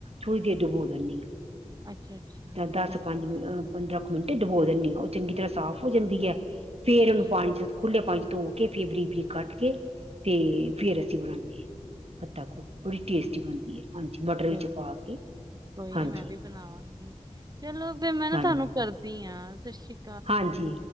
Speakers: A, on the right; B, on the right.
A: ਥੜ੍ਹੀ ਜਹਾ ਡਬੋ ਦਦੀ ਹਾਂ
B: ਅੱਛਾ ਅੱਛਾ
A: ਦਸ
B: ਠੀਕ
A: ਪੰਜ ਮ <unintelligible> ਕੁ ਮਿੰਟੇ ਡਬੋ ਦਿੰਦੀ ਉਹ ਚੰਗੀ ਤਰ੍ਹਾਂ ਸਾਫ਼ ਹੋ ਜਾਂਦੀ ਹੈ ਫੇਰ
B: ਠੀਕ
A: ਉਹਨੂੰ ਚ ਖੁੱਲੇ ਪਾ ਧੋ ਕੇ ਫੇਰ ਬਰੀ ਬਰੀਕ ਕੱਟ
B: ਅੱਛਾ
A: ਕੇ ਤੇ ਫੇਰ ਅਸੀਂ ਬਣਾਨਦੇ ਆਂ ਪੱਤਾ ਕੁੜ ਬੜੀ ਟੇਸਟੀ ਬਣਦੀ ਹੈ ਹਾਂਜੀ ਮਟਰ
B: ਚਲੋ
A: ਵਿਚ ਪਾ ਕੇ
B: ਕੋਈ
A: ਹਾਂਜੀ
B: ਨੀ ਮੈਂ ਵੀ ਬਣਾਵਾਂਗੀ ਚਲੋ ਫ ਮੈਂ ਨਾ
A: ਹਾਂਜੀ
B: ਤੁਹਾਨੂੰ ਕਰਦੀ ਹਾਂ ਸਤਿ ਸ਼੍ਰੀ ਅਕਾਲ
A: ਹਾਂਜੀ